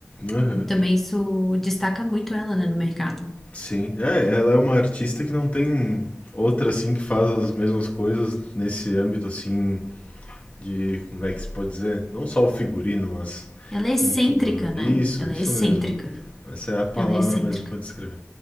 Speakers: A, on the left; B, in the centre.
A: Aham.
B: <laughs> Também isso destaca muito ela, né, no mercado.
A: Sim. É, ela é uma artista que não tem outra assim que faz as mesmas coisas nesse âmbito assim de, como é que se pode dizer? Não só o figurino, mas
B: Ela é excêntrica,
A: em tudo, né?
B: né?
A: Isso,
B: Ela
A: isso
B: é excêntrica.
A: mesmo. Essa é a palavra
B: Ela é excêntrica.
A: mesmo pra descrever.